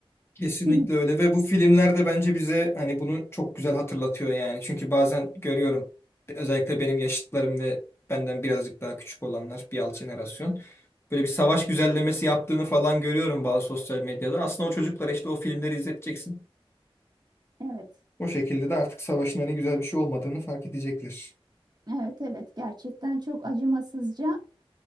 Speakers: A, on the left (about 25°); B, on the right (about 45°).
A: Kesinlikle
B: Kim?
A: öyle ve bu filmler de bence bize hani bunu çok güzel hatırlatıyor yani. Çünkü bazen görüyorum özellikle benim yaşıtlarım ve benden birazcık daha küçük olanlar bir alt jenerasyon. Böyle bir savaş güzellemesi yaptığını falan görüyorum bazı sosyal medyada. Aslında o çocuklara işte o filmleri izleteceksin.
B: Evet.
A: O şekilde de artık savaşın hani güzel bir şey olmadığını fark edecekler.
B: Evet evet gerçekten çok acımasızca.